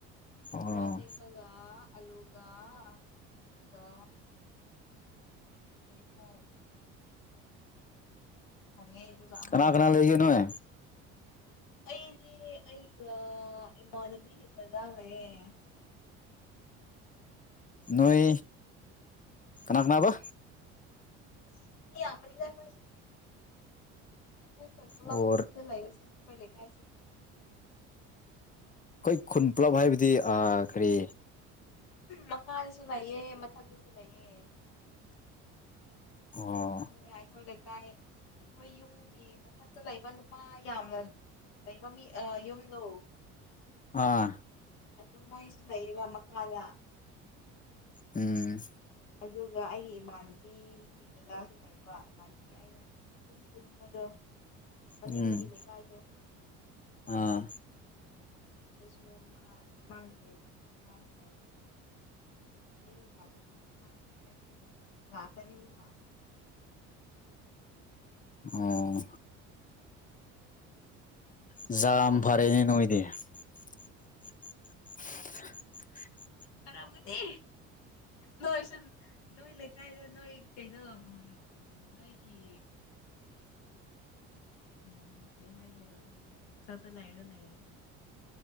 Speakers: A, on the left; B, on the left.
A: ꯑꯣ
B: ꯃꯣꯔꯣꯛ ꯑꯇꯦꯛ ꯄꯒ ꯑꯂꯨꯒ ꯑꯗꯨꯒ ꯍꯥꯏꯗꯤꯀꯣ ꯊꯣꯡꯉꯦ ꯑꯗꯨꯒ ꯑꯃꯅ
A: ꯀꯅꯥ ꯀꯅꯥ ꯂꯩꯒꯦ ꯅꯣꯏ
B: ꯑꯩꯗꯤ ꯑꯩꯒ ꯏꯃꯥꯅꯕꯤꯒꯤ ꯗꯥꯗꯥ ꯂꯩꯌꯦ
A: ꯅꯣꯏ ꯀꯅꯥ ꯀꯅꯥꯕ
B: ꯑꯁ ꯃꯤ ꯌꯥꯝꯕꯅꯤꯗ ꯑꯩꯈꯣꯏꯁꯦ ꯑꯩꯈꯣꯏ ꯈꯨꯟ ꯄꯨꯂꯞꯅꯦ
A: ꯑꯣ
B: ꯁꯤꯗ ꯂꯩꯕꯁꯦ ꯑꯩꯈꯣꯏ ꯂꯩꯀꯥꯏꯁꯦ
A: ꯑꯩꯈꯣꯏ ꯈꯨꯟ ꯄꯨꯂꯞ ꯍꯥꯏꯕꯗꯤ ꯑꯥ ꯀꯔꯤ
B: ꯃꯈꯥꯗꯁꯨ ꯂꯩꯌꯦ ꯃꯊꯛꯇꯁꯨ ꯂꯩꯌꯦ
A: ꯑꯣ
B: ꯈꯪꯉꯤꯗ ꯑꯩꯈꯣꯏ ꯂꯩꯀꯥꯏ ꯑꯩꯈꯣꯏ ꯌꯨꯝꯒꯤ ꯒꯤ ꯃꯊꯛꯇ ꯂꯩꯕ ꯅꯨꯄꯥ ꯌꯥꯝꯅ ꯂꯩꯕ ꯃꯤ ꯑꯥ ꯌꯨꯝꯗꯣ
A: ꯑꯥ
B: ꯑꯗꯨ ꯃꯣꯏꯁꯨ ꯂꯩꯌꯦꯕ ꯃꯈꯥꯌ
A: ꯎꯝ
B: ꯑꯗꯨꯒ ꯑꯩꯒꯤ ꯏꯃꯥꯟꯅꯕꯤ ꯒꯤ ꯗꯥꯗꯥꯁꯨ ꯂꯩꯕ ꯏꯃꯥꯟꯅꯕꯤ ꯑꯩꯅ ꯗꯨꯝ ꯄꯨꯟꯕꯗꯣ ꯃꯅꯤꯡꯒꯤ
A: ꯎꯝ
B: ꯂꯩꯀꯥꯏꯗꯣ
A: ꯑꯥ
B: ꯑꯗꯨꯁꯨ ꯃꯥ <unintelligible> ꯃꯥ ꯂꯩꯌꯦꯕ ꯑꯩꯒꯤ ꯏꯃꯥꯟꯅꯕꯤꯗꯤ ꯃꯥ ꯌꯨꯝ ꯆꯠꯈꯤꯌꯦ ꯉꯥꯛꯇꯅꯤ ꯉꯥꯛ
A: ꯑꯣ
B: <unintelligible>
A: ꯖꯥꯝ ꯐꯔꯦꯅꯦ ꯅꯣꯏꯗꯤ <unintelligible>
B: ꯈꯔꯃꯗꯤ ꯅꯣꯏꯁꯨ ꯅꯣꯏ ꯂꯩꯀꯥꯏꯗ ꯅꯣꯏ ꯀꯩꯅꯣ ꯎꯝ ꯅꯣꯏꯒꯤ ꯎꯝ ꯀꯔꯤ ꯍꯥꯏꯒꯦꯔ <unintelligible> ꯈꯔ ꯈꯔ ꯂꯩꯔ ꯂꯩꯕꯅꯦ